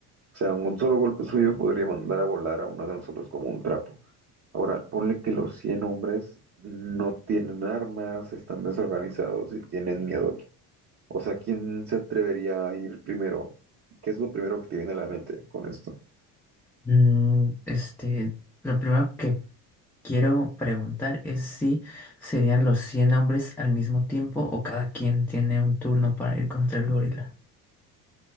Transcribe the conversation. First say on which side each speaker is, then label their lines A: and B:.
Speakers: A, on the right; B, in the centre.
A: O sea, un solo golpe suyo podría mandar a volar a uno de nosotros como un trapo. Ahora, ponle que los 100 hombres no tienen armas, están desorganizados y tienen miedo aquí. O sea, ¿quién se atrevería a ir primero? ¿Qué es lo primero que te viene a la mente con esto?
B: Mm, este, lo primero que quiero preguntar es si serían los 100 hombres al mismo tiempo o cada quien tiene un turno para ir contra el gorila.